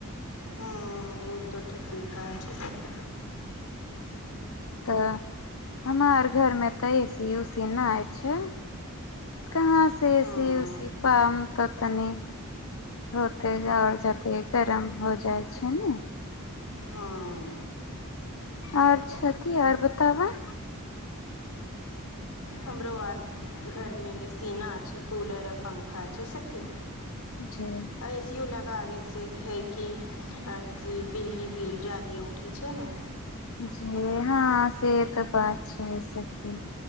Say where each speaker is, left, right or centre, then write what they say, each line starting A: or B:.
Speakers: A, on the left; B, on the left.
A: हँ ओ तऽ ठीके कहाँ छै सखी
B: तऽ हम आर घरमे तऽ एसी उसी नहि छै कहाँ से
A: हँ
B: एसी उसी पाम तऽ तनी होते आओर जते गरम हो जाइ छै ने
A: हां
B: आओर छथि आओर बताबऽ
A: हमरो आर घरमे एसी ना छै कूलर आर पंखा छै सखी
B: जी
A: ए सी यू लगाबै से छै कि अथी बिजली बिल ज्यादे उठे छै ने
B: जी हँ से तऽ बात छै सखी